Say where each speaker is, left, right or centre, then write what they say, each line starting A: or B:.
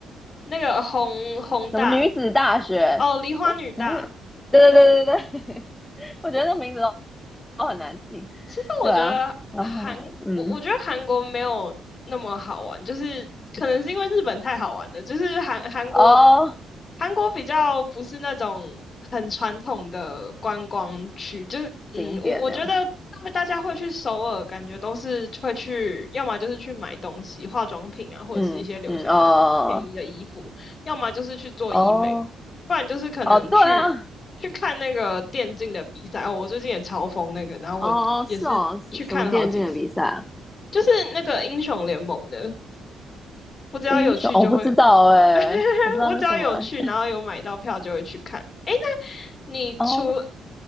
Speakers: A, on the left (about 40°); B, on the left (about 15°).
A: 那个弘弘大，
B: 什么女子大学，
A: 哦，梨花女大，
B: 嗯，对对对对对，<laughs> 我觉得这名字都都很难记。
A: 其实我觉得韩，
B: 对啊，然后嗯
A: 我我觉得韩国没有那么好玩，就是可能是因为日本太好玩了，就是韩韩国
B: 哦，
A: 韩国比较不是那种很传统的观光区，就是嗯，
B: 景点那样，
A: 我我觉得他们大家会去首尔，感觉都是会去，要么就是去买东西、化妆品啊，或者是一些流行的便宜的衣服，
B: 嗯嗯哦
A: 要么就是去做医美，
B: 哦
A: 不然就是可能去。
B: 哦，对啊，
A: 去看那个电竞的比赛哦，我最近也超疯那个，然后我也是去看了好几次，
B: 哦哦是哦，什什么电竞的比赛啊？
A: 就是那个英雄联盟的，我只要有去就会，
B: 英雄，我不知道哎、
A: <laughs>
B: 我不知道那什么哎、
A: 我只要有去，然后有买到票就会去看。诶，那你除
B: 哦，